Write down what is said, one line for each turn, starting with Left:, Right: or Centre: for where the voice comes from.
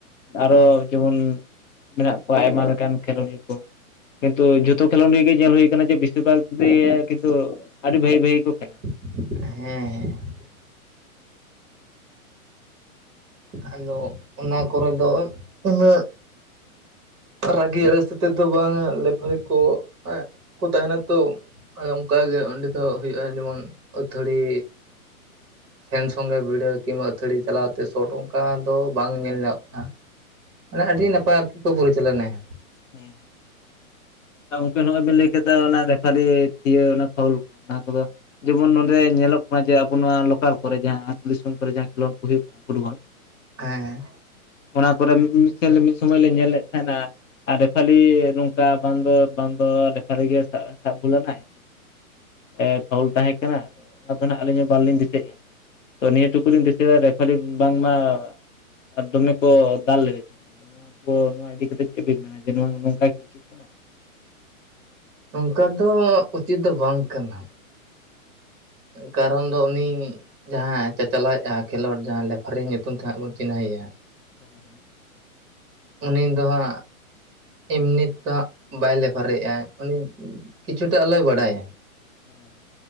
Left: ᱟᱨᱚ ᱡᱮᱢᱚᱱ ᱢᱮᱱᱟᱜ ᱠᱚᱣᱟ ᱟᱭᱢᱟ ᱞᱮᱠᱟᱱ ᱠᱷᱮᱞᱳ ᱰᱤᱭᱟᱹ ᱠᱚ᱾ ᱠᱤᱱᱛᱩ ᱡᱷᱚᱛᱚ ᱠᱷᱮᱞᱳ ᱰᱤᱭᱟᱹ ᱜᱮ ᱧᱮᱞ ᱦᱩᱭ ᱠᱟᱱᱟ ᱡᱮ ᱵᱤᱥᱤᱨ ᱵᱷᱟᱜᱽ ᱛᱮᱜᱮ ᱠᱤᱱᱛᱩ ᱟᱹᱰᱤ ᱵᱷᱟᱹᱜᱤ ᱵᱷᱟᱹᱜᱤ ᱠᱚ ᱠᱷᱮᱞᱟ᱾
Right: ᱦᱮᱸ ᱦᱮᱸ᱾ ᱟᱫᱚ ᱚᱱᱟ ᱠᱚᱨᱮ ᱫᱚ ᱩᱱᱟᱹᱜ᱾ ᱨᱟᱹᱜᱤ ᱟᱹᱲᱤᱥ ᱠᱟᱛᱮᱫ ᱫᱚ ᱵᱟᱝᱟ ᱞᱮᱯᱷᱟᱨᱤ ᱠᱚ ᱟᱸᱜ ᱛᱟᱦᱮᱱᱟ ᱛᱚ᱾ ᱟᱫᱚ ᱚᱱᱠᱟᱟᱜ ᱜᱮ ᱚᱸᱰᱮ ᱫᱚ ᱦᱳᱭᱳᱜᱼᱟ ᱡᱮᱢᱚᱱ ᱟᱹᱛᱷᱟᱹᱲᱤ ᱥᱮᱱ ᱥᱚᱸᱜᱮ ᱵᱷᱤᱲᱟᱹᱣ ᱠᱤᱢᱵᱟ ᱟᱹᱛᱷᱟᱹᱲᱤ ᱪᱟᱞᱟᱣᱛᱮ ᱥᱚᱴ ᱚᱱᱠᱟ ᱫᱚ ᱵᱟᱝ ᱧᱮᱞ ᱧᱟᱢᱚᱜ ᱠᱟᱱᱟ ᱾ ᱢᱟᱱᱮ ᱟᱹᱰᱤ ᱱᱟᱯᱟᱭ ᱟᱨᱠᱤ ᱠᱚ ᱯᱚᱨᱤᱪᱟᱞᱚᱱᱟᱭᱟ ᱾
Left: ᱦᱩᱸ ᱩᱱᱠᱤᱱ ᱦᱚᱸᱜ-ᱚᱭ ᱵᱤᱱ ᱞᱟᱹᱭ ᱠᱮᱫᱟ ᱚᱱᱟ ᱞᱮᱯᱷᱟᱨᱤ ᱛᱷᱤᱭᱟᱹ ᱚᱱᱟ ᱯᱷᱟᱣᱩᱞ ᱠᱟᱱᱟ ᱚᱱᱟ ᱠᱚᱫᱚ᱾ ᱡᱮᱢᱚᱱ ᱱᱚᱰᱮ ᱧᱮᱞᱚᱜ ᱠᱟᱱᱟ ᱡᱮ ᱟᱵᱚ ᱱᱚᱣᱟ ᱞᱳᱠᱟᱞ ᱠᱚᱨᱮ ᱡᱟᱦᱟᱸ ᱟᱹᱛᱩ ᱫᱤᱥᱚᱢ ᱠᱚᱨᱮ ᱡᱟᱦᱟᱸ ᱠᱷᱮᱞᱳᱰ ᱠᱚ ᱦᱩᱭᱩᱜ ᱠᱟᱱᱟ ᱾ ᱯᱷᱩᱴᱵᱚᱞ,
Right: ᱦᱮᱸᱻ
Left: ᱚᱱᱟ ᱠᱚᱨᱮ ᱢᱤᱫᱥᱮᱞᱮ ᱢᱤᱫ ᱥᱚᱢᱚᱭ ᱞᱮ ᱧᱮᱞᱮᱫ ᱛᱟᱦᱮᱱᱟ ᱟᱨᱮ ᱨᱮᱯᱷᱟᱹᱞᱤ ᱱᱚᱝᱠᱟᱼᱼ ᱵᱟᱝ ᱫᱚ ᱵᱟᱝ ᱫᱚ ᱞᱮᱯᱷᱟᱨᱤᱜᱮ ᱥᱟᱵ ᱵᱷᱚᱞᱚᱱᱟᱭ ᱮ ᱯᱷᱟᱣᱩᱞ ᱛᱟᱦᱮᱸ ᱠᱟᱱᱟ ᱟᱫᱚ ᱚᱱᱟ ᱫᱚ ᱱᱟᱜ ᱟᱹᱞᱤᱧ ᱦᱚᱸ ᱵᱟᱞᱤᱧ ᱫᱤᱥᱟᱹᱭᱮᱫ-ᱟ᱾ ᱛᱚ ᱱᱤᱭᱟᱹ ᱴᱩᱠᱩ ᱞᱤᱧ ᱫᱤᱥᱟᱹᱭᱟ ᱨᱮᱯᱷᱟᱨᱤ ᱵᱟᱝᱢᱟᱼᱼ ᱟᱨ ᱫᱚᱢᱮ ᱠᱚ ᱫᱟᱞ ᱞᱮᱫᱮᱼᱼ ᱱᱚᱣᱟ ᱠᱚ ᱱᱚᱣᱟ ᱤᱫᱤᱠᱟ ᱠᱟᱛᱮ ᱪᱮᱫ ᱵᱤᱱ ᱢᱮᱱᱟ ᱡᱮ ᱱᱚᱣᱟ ᱱᱚᱝᱠᱟ ᱜᱮ ᱩᱪᱤᱛ ᱠᱟᱱᱟ,
Right: ᱚᱝᱠᱟ ᱫᱚ ᱩᱪᱤᱛ ᱫᱚ ᱵᱟᱝ ᱠᱟᱱᱟ, ᱠᱟᱨᱚᱱ ᱫᱚ ᱩᱱᱤᱼᱼ ᱡᱟᱦᱟᱸ ᱪᱟᱪᱟᱞᱟᱣᱮᱫᱼᱟ ᱠᱷᱮᱞᱳᱰ ᱡᱟᱦᱟᱸ ᱞᱮᱯᱷᱟᱨᱤ ᱧᱩᱛᱩᱢ ᱛᱮᱦᱟᱸᱵᱚᱱ ᱪᱤᱱᱦᱟᱹᱭᱮᱭᱟ,
Left: ᱦᱮᱸ
Right: ᱩᱱᱤ ᱫᱚ ᱦᱟᱸᱜᱼᱼ ᱮᱢᱱᱤ ᱛᱮ ᱛᱚ ᱦᱟᱜ ᱵᱟᱭ ᱞᱮᱯᱷᱟᱨᱤᱮᱜ-ᱟ ᱩᱱᱤ ᱠᱤᱪᱷᱩᱴᱟᱜ ᱦᱳᱞᱳᱭ ᱵᱟᱰᱟᱭᱟ᱾
Left: ᱦᱮᱸ